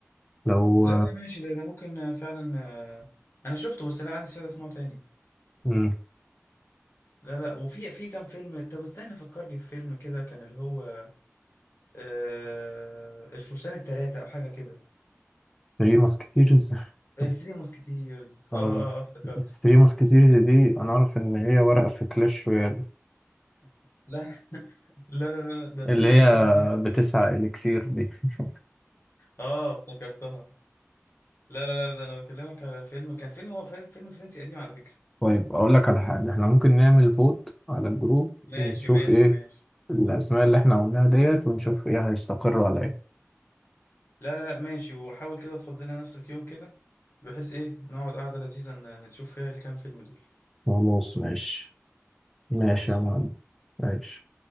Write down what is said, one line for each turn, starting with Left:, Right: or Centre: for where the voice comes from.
Centre: لو
Left: لا لا ماشي ده ده ممكن آه، فعلا آه، انا شفته بس لا عندي سعادة اسمعه تاني
Centre: امم
Left: لا لا وفي في كام فيلم طب استنى فكرني في فيلم كده كان اللي هو آه الفرسان الثلاثة او حاجة كده
Centre: ثري ماسكتيرز
Left: الثري
Centre: <laughs>
Left: موسكيتيرز
Centre: او
Left: اه اه آه، افتكرته
Centre: ثري ماسكتيرز دي انا اعرف ان هي ورقة في كلاش رويال
Left: لا <laughs> لا لا لا ده فيلم
Centre: اللي هي
Left: وفيلم حلو كمان
Centre: بتسعة اليكسير دي <laughs>
Left: اه افتكرتها لا لا لا ده انا بكلمك على فيلم كان فيلم هو فيلم فيلم فرنسي قديم على فكرة
Centre: طيب اقول لك على حاجة احنا ممكن نعمل فوت على الجروب
Left: ماشي
Centre: ونشوف
Left: ماشي
Centre: ايه
Left: ماشي
Centre: الأسماء اللي احنا قلناها ديت ونشوف ايه هيستقروا على ايه
Left: لا لا لا ماشي وحاول كده تفضلي نفسك يوم كده بحيث ايه نقعد قعدة لذيذة ن- نشوف فيها الكام فيلم دول
Centre: خلاص ماشي ماشي
Left: خلصان
Centre: يا معلم ماشي